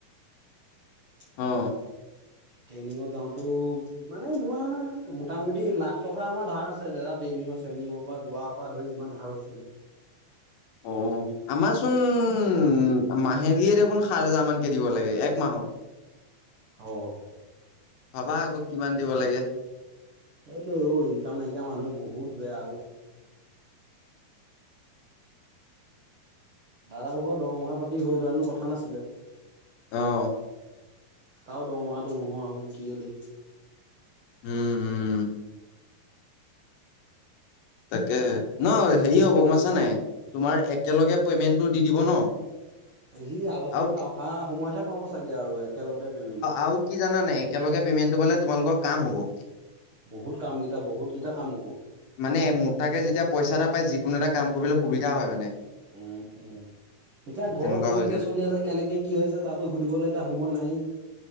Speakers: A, on the right; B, on the left.
A: <unintelligible>
B: অ
A: ট্ৰেইনিঙত যাওঁতো মানে তোমাৰ মোটামুটি লাখ টকা আমাৰ ধাৰ আছে দাদা ট্ৰেই চেই নিংঙৰ পৰা যোৱাৰ পৰা ধৰি যিমান ধাৰ হৈছিলে
B: অ আমাৰচোন উম মাহেলীয়ে দেখোন সাত হেজাৰ মান দিব লাগে একমাহত
A: আহ
B: ভাবা আকৌ কিমান দিব লাগে
A: এইটো এইবোৰ ইনকাম নাইকা মানুহ বহুত বেয়া অ দাদা ভাগৰ দৰমহা পাতি হৈ যোৱা হেতেননো কথা নাছিলে
B: আহ
A: তাৰও দৰমাহাটো নোহোৱা হ'ল কেলে
B: উম উম তাকে ন হেৰি হব গম পাইছ নে নাই তোমাৰ একেলগে পেমেন্টটো দি দিব ন
A: <unintelligible> সি আগষ্টত
B: আৰু
A: অহা সময়তহে পাব চাগে আৰু একেলগতে পেমেন্টটো
B: আৰু কি জানা নাই একেলগে পেমেন্টটো পালে তোমালোকৰ কাম হ'ব
A: বহুত কাম কেইটা বহুত গিতা কাম হ'ব
B: মানে মোতাকে যেতিয়া পইচা এটা পাই যিকোনো এটা কাম কৰিবলৈ সুবিধা হয় মানে
A: উম উম এতিয়া ঘৰ
B: তেনেকুৱা
A: কেনেকে
B: হৈ যায়
A: চলি আছে কেনেকে কি হৈ আছে তাতো সুদিবলে এতিয়া সময় নাই